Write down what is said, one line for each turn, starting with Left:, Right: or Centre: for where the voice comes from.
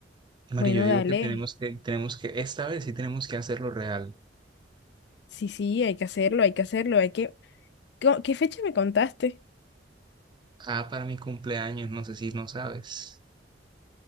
Right: Mari,
Left: Bueno,
Right: yo digo
Left: dale.
Right: que tenemos que, tenemos que, esta vez sí tenemos que hacerlo real.
Left: Sí, sí, hay que hacerlo, hay que hacerlo, hay que... ¿Qué qué fecha me contaste?
Right: Ah, para mi cumpleaños, no sé si no sabes.